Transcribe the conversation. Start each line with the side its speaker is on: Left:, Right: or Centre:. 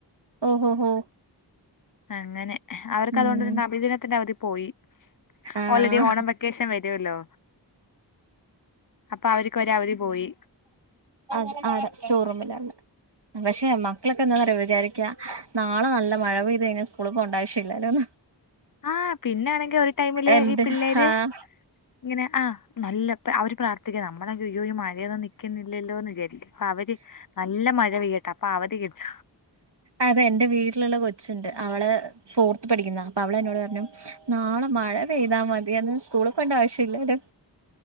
Right: ഓ ഹോ ഹോ
Left: അങ്ങനെ അവർക്കതുകൊണ്ടൊരു
Right: ഉം
Left: നബിദിനത്തിന്റെ അവധി പോയി
Right: ആഹ്
Left: ഓൾറെഡി ഓണം വെ ഉദ്ദേശം വരുവല്ലോ അപ്പൊ അവര്ക്ക് ഒരു അവധിപോയി
Right: അ അതെ സ്റ്റോറൂമിലാണ് പക്ഷെ മക്കളൊക്കെ എന്താനറിയോ വിചാരിക്കാ നാളെ നല്ല മഴപെയ്തുകഴിഞ്ഞാ സ്കൂളിപോണ്ടാവശ്യമില്ലല്ലോന്ന്
Left: ആ പിന്നാണെങ്കി ഒരു ടൈമില്
Right: എന്റെ
Left: ഈ പിള്ളേര്
Right: ആഹ്
Left: ഇങ്ങനെ ആ നല്ല പ്പ അവര് പ്രാർത്ഥിക്കുക നമ്മുളെ യ്യോ യ്യോ മഴയൊന്ന് നിക്കുന്നില്ലല്ലോ എന്നുവിചാരി അവര് നല്ലമഴ പെയ്യട്ടെ അപ്പൊ അവധി കിട്ട്
Right: അതെ എന്റെ വീട്ടിലുള്ള കൊച്ചുണ്ട് അവള് ഫോർത്ത് പഠിക്കുന്നാ അപ്പൊ അവള് എന്നോടുപറഞ്ഞു നാളെ മഴ പെയ്താമതിയെന്ന് സ്കൂളിൽ പോണ്ട ആവശ്യമില്ലല്ലോ